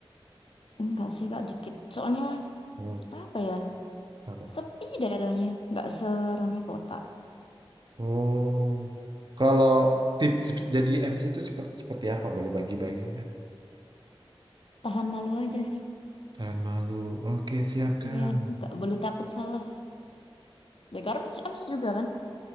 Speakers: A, on the left; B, on the right.
A: Enggak sih kak dikit. Soalnya
B: Hmm,
A: apa ya?
B: apa?
A: Sepi daerahnya. Nggak seramai kota.
B: Oh, kalau tips jadi MC itu seperti seperti apa? Boleh bagi-bagi ya.
A: Tahan malu aja sih.
B: Tahan malu. Oke siap Kang.
A: Iya, nggak boleh takut salah. Ya Karun MC juga kan?